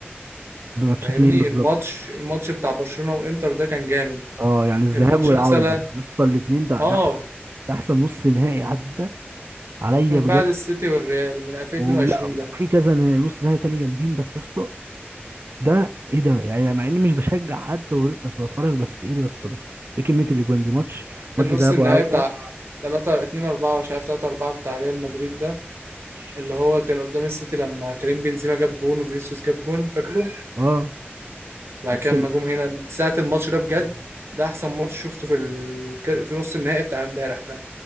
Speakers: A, on the right (about 65°); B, on the right (about 80°).
A: بماتشات
B: فاهمني
A: مين بالظبط
B: الماتش الماتش بتاع برشلونة وانتر ده كان جامد
A: اه يعني الذهاب
B: الماتش
A: والعودة
B: مثلا
A: يا اسطى الاتنين ده
B: اه
A: ده احسن ده احسن نص نهائي عدى عليا
B: من
A: بجد
B: بعد السيتي والريال من 2022
A: ولا وفي
B: ده
A: كذا نص نهائي تاني جامدين بس يا اسطى ده ايه ده يعني مع اني مش بشجع حد و- بس بتفرج بس ايه ده يا اسطى ده ايه كمية الاجوان دي ماتش ماتش
B: النص
A: ذهاب
B: النهائي
A: وعودة
B: بتاع 3 2 4 مش عارف 3 4 بتاع ريال مدريد ده اللي هو كان قدام السيتي لما كريم بنزيما جاب جون وفينيسيوس جاب جون فاكره
A: اه
B: وبعد كده
A: بس ال...
B: لما جم هنا من ساعة الماتش ده بجد ده احسن ماتش شفته في ال... ك- في نص النهائي بتاع امبارح ده